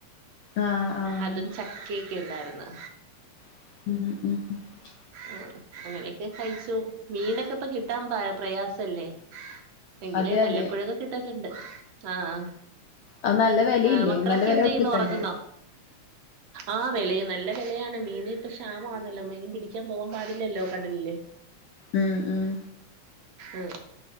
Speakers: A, on the left; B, on the right.
A: ആഹ് ആഹ്
B: അതും ചക്കേം ക്കെയുണ്ടാര്ന്ന്
A: <unintelligible>
B: ആ അങ്ങനെയൊക്കെ കഴിച്ചു മീനക്കെ ഇപ്പ കിട്ടാം പാ പ്രയാസല്ലേ എങ്കിലീ
A: അതെ
B: പല്ലപ്പുഴൊക്കെ
A: അതെ
B: കിട്ടലണ്ട് ആ ആഹ്
A: അത് നല്ല വെലയില്ലേ
B: ആഹ് മക്കളൊക്കെ
A: നല്ല വെല
B: എന്ത്
A: കൊടുത്ത്ക്കണ്ടേ
B: ചെയ്യുന്നു ഉറങ്ങുന്നോ ആഹ് വെലയും നല്ല വെലയാണ് മീൻ ഇപ്പൊ ക്ഷാമ വന്നല്ലോ മീൻ പിടി ക്കാൻ പോവാൻ പാടില്ലല്ലോ കടലില്
A: ഉം ഉം
B: ഉം